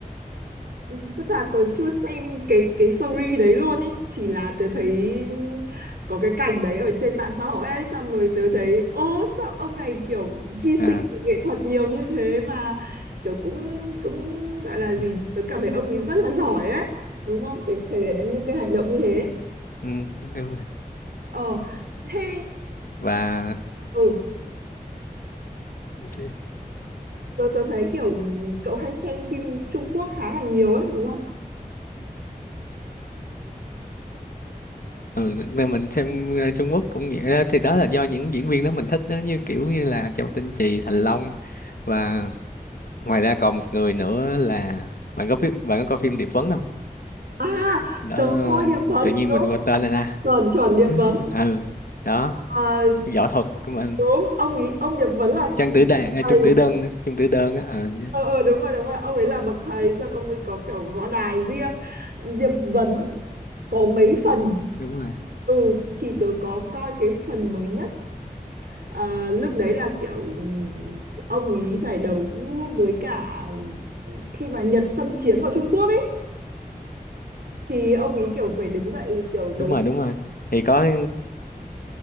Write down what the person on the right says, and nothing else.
Ừ, Tức là tớ chưa xem cái cái story đấy luôn ý Chỉ là tớ thấy có cái cảnh đấy ở trên mạng xã hội ấy Xong rồi tớ thấy ô sao ông này kiểu hy sinh
về nghệ thuật nhiều như thế Mà kiểu cũng cũng gọi là gì
nhỉ? Tớ cảm thấy ông ấy rất là giỏi ấy Đúng không? Để thể hiện được những cái hành động như thế
Ờ thế
ừ,
tớ, tớ thấy kiểu cậu hay xem phim Trung Quốc khá là nhiều ấy đúng không?
À
tớ coi Điệp Vấn
đúng
chuẩn chuẩn Điệp
Vấn
Ờ,
đúng ông ý ông Điệp Vấn là
thầy
ờ ờ đúng rồi đúng rồi ông ấy là bậc thầy xong ông ấy có kiểu võ đài riêng Diệp Vấn có mấy phần
ừ thì tớ có coi cái phần mới nhất Ờ, lúc đấy là kiểu ừm, ông ý phải đấu với cả khi mà Nhật xâm chiếm vào Trung Quốc ấy thì ông ý kiểu phải đứng dậy kiểu đấu